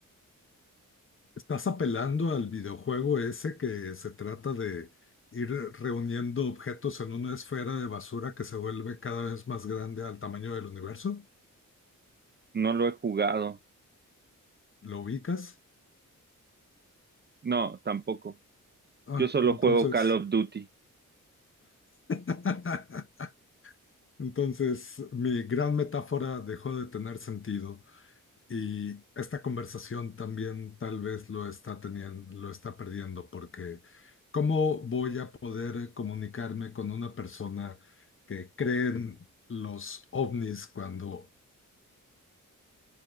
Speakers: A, on the left; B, on the right.
A: Estás apelando al videojuego ese que se trata de ir reuniendo objetos en una esfera de basura que se vuelve cada vez más grande al tamaño del universo.
B: No lo he jugado.
A: ¿Lo ubicas?
B: No, tampoco.
A: Ah,
B: Yo solo
A: entonces,
B: juego Call of Duty.
A: <laughs> entonces mi gran metáfora dejó de tener sentido. Y esta conversación también tal vez lo está teniendo, lo está perdiendo, porque ¿cómo voy a poder comunicarme con una persona que cree en los ovnis cuando,